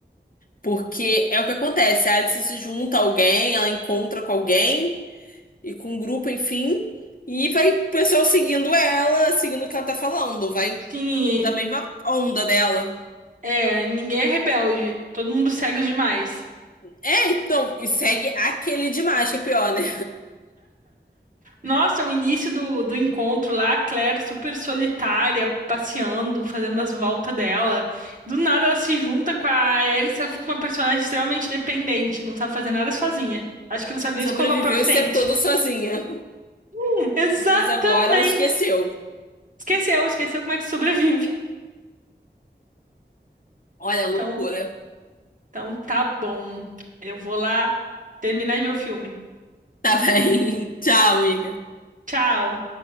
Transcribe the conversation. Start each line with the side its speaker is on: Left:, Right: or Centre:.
Left: Porque é o que acontece, a Alice se junta a alguém, ela encontra com alguém e com um grupo, enfim, e vai o pessoal seguindo ela, seguindo o que ela tá falando, vai
Right: sim.
Left: da mesma onda dela.
Right: É, ninguém é rebelde. Todo mundo segue os demais.
Left: É, então, e segue aquele demais, que é pior, né?
Right: Nossa, o início do, do encontro lá, a Claire super solitária, passeando, fazendo as voltas dela. Do nada ela se junta com a Alice, ela fica uma personagem extremamente dependente, não sabe fazer nada sozinha. Acho que não sabe
Left: <laughs>
Right: nem
Left: Sobreviveu
Right: escovar o próprio
Left: esse
Right: dente.
Left: tempo todo sozinha,
Right: <laughs> Exatamente!
Left: mas agora ela esqueceu.
Right: Esqueceu, esqueceu como é que sobrevive.
Left: Olha, loucura.
Right: Então, então tá bom. Eu vou lá terminar de ver o filme.
Left: Tá bem. <laughs> Tchau, amiga.
Right: Tchau!